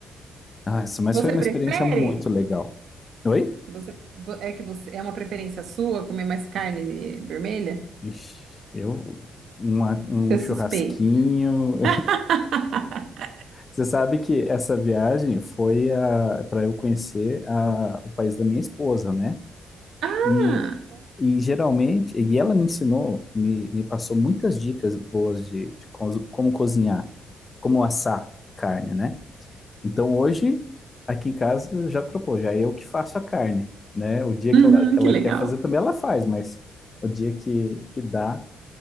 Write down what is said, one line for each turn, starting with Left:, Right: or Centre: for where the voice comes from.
Left: Nossa, mas
Right: Você
Left: foi uma
Right: prefere?
Left: experiência muito legal. Oi?
Right: Você é que você é uma preferência sua comer mais carne vermelha?
Left: Ixi, eu, uma- um
Right: Você
Left: churrasquinho,
Right: suspeita. <laughs>
Left: Você sabe que essa viagem foi para eu conhecer a- o país da minha esposa, né?
Right: Ah,
Left: E, e geralmente, e ela me ensinou, me, me passou muitas dicas boas de, de coz- como cozinhar, como assar carne, né? Então hoje, aqui em casa já trocou, já é eu que faço a carne, né? O dia
Right: uhum,
Left: que ela, que ela
Right: que legal.
Left: quer fazer também ela faz, mas o dia que, que dá